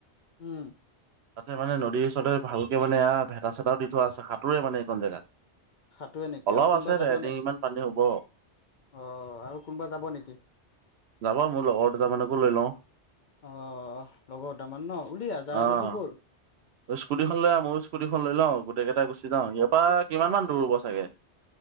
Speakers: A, on the left; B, on the right.
A: উম।
B: তাতে মানে নদীৰ ওচৰতে ভালকে মানে ভেতা-চেতা দি থোৱা আছে, সাঁতোৰে মানে এইকন জেগাত।
A: সাঁতোৰে নেকি
B: অলপ
A: আৰু কোনোবা
B: আছে,
A: যাব
B: দেৰ
A: নে
B: ডিঙিমান পানী হ'ব।
A: অ, আৰু কোনোবা যাব নেকি?
B: যাব, মোৰ লগৰ দুটা মানকো লৈ লওঁ।
A: অ', লগৰ দুতামান ন, উলিয়া যাই
B: অ'।
A: যদি ব'ল।
B: স্কুটিখন লৈ আহ, ময়ো স্কুটীখন লৈ লওঁ, গোটেই কেইটা গুচি যাওঁ, ইয়াৰ পৰা কিমান মন দূৰ হ'ব চাগে?